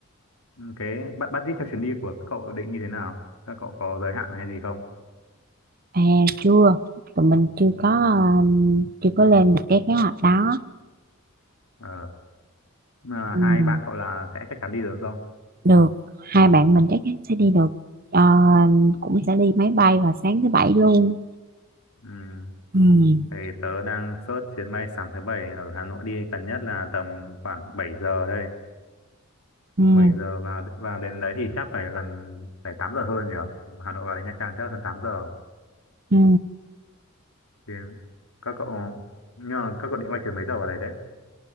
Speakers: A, on the left; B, on the right.
A: Ừm, cái bu- budget cho chuyến đi của các cậu định như thế nào các cậu có giới hạn hay gì không
B: À, chưa tụi mình chưa có um, chưa có lên được cái kế hoạch đó
A: ờ mà
B: ừ,
A: hai bạn cậu là sẽ chắc chắn đi được không
B: được hai bạn mình chắc chắn sẽ đi được Ờ, cũng sẽ đi máy bay vào sáng thứ bảy luôn
A: Ừm,
B: ừ,
A: thì tớ đang search chuyến bay sáng thứ bảy ở Hà Nội đi gần nhất là tầm khoảng 7 giờ đây
B: ừ,
A: 7 giờ vào vào đến đấy thì chắc phải gần phải 8 giờ hơn nhỉ Hà Nội vào đến Nha Trang chắc hơn tám giờ
B: ừ.
A: thì các cậu nhưng mà các cậu định quay chuyến mấy giờ vào đấy đấy